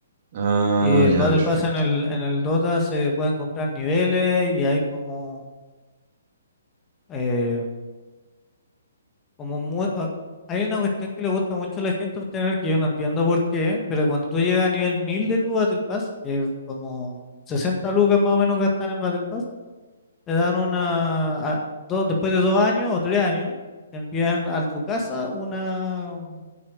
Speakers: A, on the right; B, on the left.
A: Ah,
B: Y el
A: ya,
B: Battle
A: perfecto.
B: Pass en el, en el Dota se pueden comprar niveles y hay como, eh, como mu- ah, hay una cuestión que le gusta mucho a la gente obtener que yo no entiendo por qué, pero cuando tú llegas a nivel 1000 de tu Battle Pass, que es como 60 lucas más o menos gastan en el Battle Pass, Te dan una, a- dos, después de dos años o tres años, te envían a tu casa una, mm,